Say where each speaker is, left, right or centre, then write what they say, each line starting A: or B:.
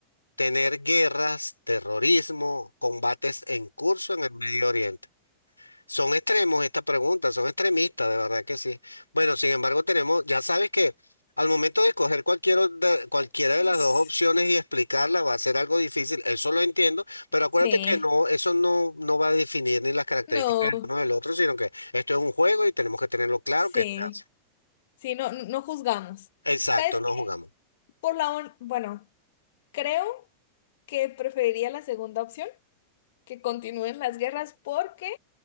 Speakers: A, on the left (about 85°); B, on the left (about 55°).
A: tener guerras, terrorismo, combates en curso en el Medio Oriente. Son extremos estas preguntas, son extremistas, de verdad que sí. Bueno, sin embargo, tenemos, ya sabes que al momento de escoger cualquier o- de- cualquiera
B: Es-
A: de las dos opciones y explicarla va a ser algo difícil, eso lo entiendo, pero acuérdate
B: Sí,
A: que no, eso no, no va a definir ni las características
B: no,
A: del uno del otro, sino que esto es un juego y tenemos que tenerlo claro
B: sí,
A: que está.
B: sí, no, no no juzgamos.
A: Exacto,
B: ¿Sabes
A: no
B: qué?
A: jugamos.
B: Por la, on- bueno, creo que preferiría la segunda opción que continúen las guerras porque